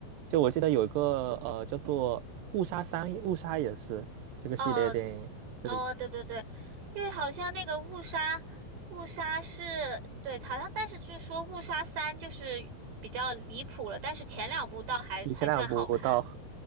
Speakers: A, on the right; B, on the right.
A: 就我记得有一个呃叫做《误杀三》，《误杀》也是这个系列电影，
B: 哦
A: 对，
B: 哦，对对对，因为好像那个误杀，误杀是对，好像但是就是说误杀三就是比较离谱了，但是前两部倒还还算好看。
A: 比前两部到很，